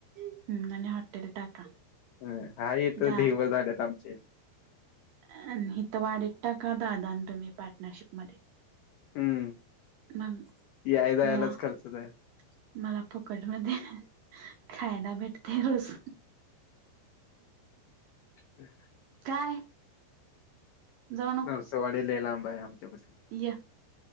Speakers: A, on the right; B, on the left.
A: हम्म हॉटेल टाका
B: अ, हा येत
A: दा
B: ढेवर झाल्यात आमच्या इथे
A: अ हिथं वाढीत टाका दादा तुम्ही पार्टनरशिप मध्ये. <unintelligible>
B: हम्म. याय जायलाच खर्च जाईल.
A: मला फुकट मध्ये. खायला भेटते रोज.
B: <inaudible>
A: काय. जाऊ
B: नरसोवाडी लय लांबा आहे आमच्यापसन.
A: या.